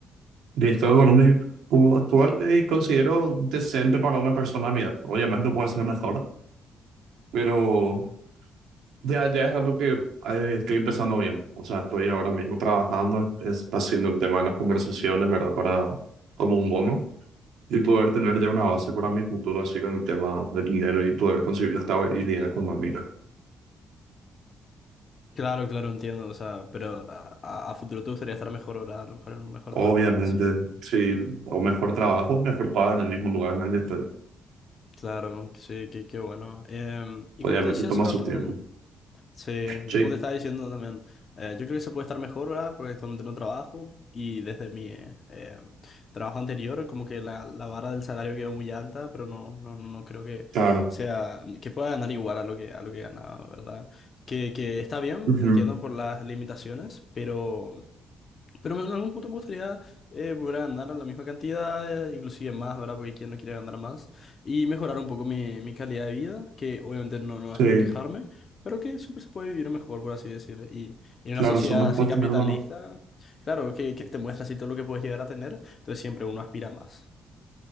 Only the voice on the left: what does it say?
Claro, claro, entiendo, o sea, pero a, a- a futuro te gustaría estar mejor, ¿verdad? A lo mejor en un mejor
trabajo, así.
Claro, sí, qué, qué bueno. Em, y
como te decía
hace rato,
sí,
como te estaba diciendo también, eh, yo creo que se puede estar mejor, ¿verdad? Porque donde no trabajo y desde mi eh, em, trabajo anterior, como que la, la vara del salario quedó muy alta, pero no, no, no no creo que
sea, que pueda ganar igual a lo que, a lo que ganaba, ¿verdad? Que, que está bien,
te entiendo por las limitaciones, pero pero me- en algún punto me gustaría eh, volver a ganar a la misma cantidad, eh, inclusive más, ¿verdad? Porque quien no quiere ganar más. Y mejorar un poco mi, mi calidad de vida, que obviamente no, no es
por quejarme, pero que siempre se puede vivir mejor, por así decirlo. Y, y en
una sociedad
así capitalista,
claro, que, que te muestra así todo lo que puedes llegar a tener, entonces siempre uno aspira a más.